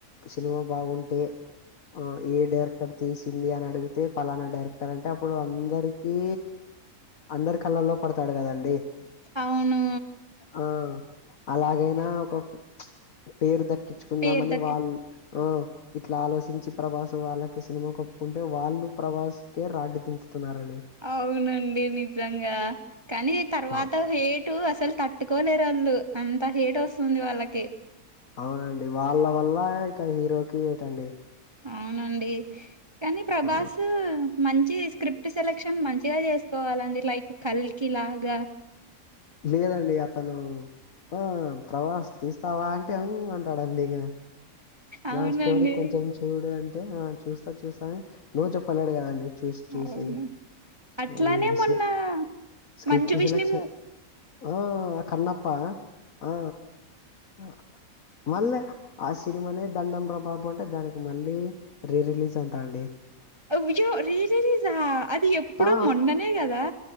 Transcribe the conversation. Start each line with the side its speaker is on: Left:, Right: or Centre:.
Left: సినిమా బాగుంటే ఆ ఏ డైరెక్టర్ తీసిన ఇది అని అడిగితే పలాన డైరెక్టర్ అంటే అప్పుడు అందరికీ అందరీ కళ్ళల్లొ పడతాడు కదండి
Right: ఔనూ
Left: ఆ అలాగైనా ఒక ఫి పేరు దక్కిచ్చుకుందామని
Right: పేరు దక్కి
Left: వాళ్లు ఆ ఇట్ల ఆలోచించి ప్రభాసు వాళ్ళకి సినిమాకె ఒప్పుకుంటే వాళ్ళు ప్రభాస్ కె ర్రాడ్డు దింపుతున్నార్ అండి
Right: ఔనండి నిజంగా కానీ తర్వాత
Left: వా-
Right: హేటు అసలు తట్టుకోలేర్ వళ్ళు అంత హేట్ వస్తుంది వాళ్ళకి
Left: ఔనండి వాళ్ళ వల్ల ఇక హీరోకి ఏటండి
Right: ఔనండి కాని ప్రభాసు
Left: ఆ
Right: మంచిది స్క్రిప్ట్ సెలెక్షన్ మంచిగా చేస్కోవాలండి లైక్ కల్కి లాగ
Left: లేదండి అతనూ ఆ ప్రవాస్ తీస్తావా అంటె ఊ అంటాడ్ అండి ఇగ
Right: అవునండి
Left: నా స్టోరీ కొంచం చూడు అంటే ఆ చూస్తా చూస్తా అని నో చెప్పలేడు కదండి చూస్ చూసి
Right: అవును అట్లానే
Left: హు
Right: మొన్న
Left: స్లె స్క్రిప్ట్
Right: మంచు విష్ణు
Left: సెలెక్షన్
Right: మూ
Left: ఓ అ కన్నప్ప న ఆ అ మళ్లే ఆ సినిమానే దండం రా బాబు అంటే దానికి మళ్ళీ రీ రీలీజ్ అంటా అండి
Right: అవ్జో రీ రీలిజా అది ఎప్పుడు
Left: ఆ
Right: మొన్ననే గదా